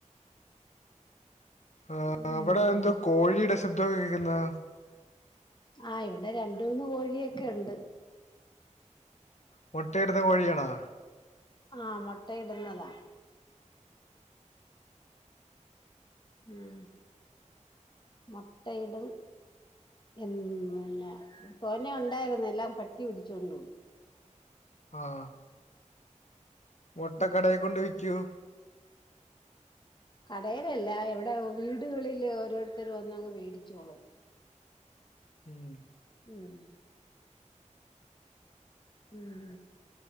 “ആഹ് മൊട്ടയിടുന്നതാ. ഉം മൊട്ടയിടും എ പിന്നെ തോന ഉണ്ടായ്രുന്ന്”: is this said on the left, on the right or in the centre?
Left